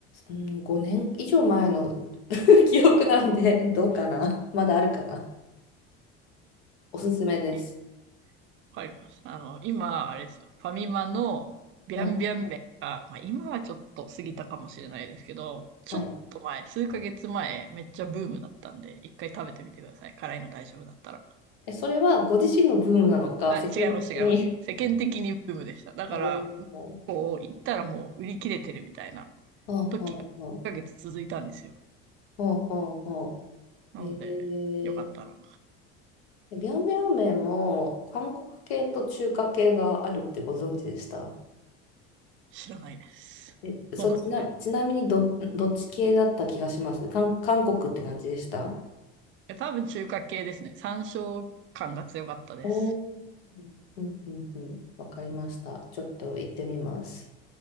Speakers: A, on the left; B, on the right.
A: うん、5年以上前の <laughs> 記憶なんでどうかなまだあるかなおすすめです。
B: え、わかります。あの、今、あれですよ。ファミマのビャンビャン麺が、
A: はい、
B: まあ、今はちょっと過ぎたかもしれないですけど、ちょっと前、
A: はい、
B: 数ヶ月前、めっちゃブームだったんで、一回食べてみてください。辛いの大丈夫だったら。
A: えそれはご自身のブームなのか世間的に。
B: あ、違います、違います。世間的にブームでした。
A: <laughs>
B: だから、
A: あおーは
B: こう、行ったらもう売り切れてるみたいな
A: あはあはあ
B: 時が、数ヶ月続いたんですよ。
A: ほうほうほ
B: なので、
A: う。えー、
B: よかったら、
A: ビャンビャン麺も韓国系と中華系があるってご存知でした
B: 知らないです。
A: え、そう、
B: そうなんですね。
A: ちな、ちなみにど、どっち系だった気がします。韓、韓国って感じでした
B: え多分中華系ですね。山椒感が強かったです。
A: おーうんうんうん。わかりました。ちょっと行ってみます。